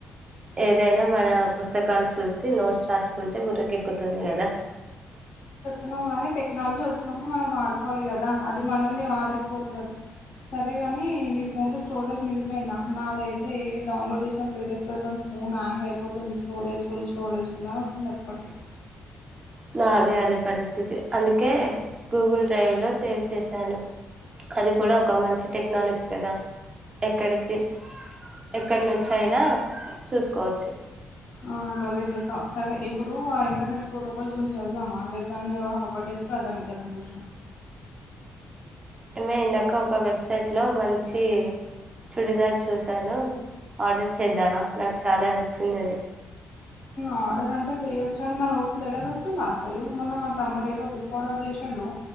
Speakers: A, on the right; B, on the left.
A: ఏదైనా మన పుస్తకాలు చూసి నోట్స్ రాసుకుంటే బుర్రకెక్కుతుంది కదా
B: అను కానీ టెక్నాలజీ వచ్చినప్పుడు మనం వాడుకోవాలి కదా అది మనల్ని వాడేసుకోకూడదు సరేగానీ నీ ఫోన్లో స్టోరేజ్ నిండిపోయిందా నాదైతే డౌన్లోడ్ చేసిన పిడిఎఫ్ ల తోని ఫోన్ హ్యాంగ్ అయిపోతుంది స్టోరేజ్ ఫుల్ స్టోరేజ్ ఫుల్ అని వస్తుంది ఎప్పటికీ
A: నాది అదే పరిస్థితి అందుకే గూగుల్ డ్రైవ్ లో సేవ్ చేశాను అది కూడా ఒక మంచి టెక్నాలజీ కదా ఎక్కడికి ఎక్కడి నుంచి అయినా చూసుకోవచ్చు
B: ఆ భలే చెప్పాం సరే ఇప్పుడు ఆ ఇంటర్నెట్ ప్రోటోకాల్స్ గురించి చదుదామా రేపు దాని మీద ఒక టెస్ట్ రాద్దాం ఇద్దరం కలుచ
A: ఏమ ఇందాక ఒక వెబ్సైట్లో మంచి చుడిదార్ చూసాను ఆర్డర్ చేద్దామా నాకు చాలా నచ్చింది అది
B: ఆర్డర్ అంటే చెయొచ్చు కానీ మన ఊరికి డెలివర వ వస్తుందా అసలు తమ్ముడు ఏదో బుక్ ఆర్డర్ చేశాడు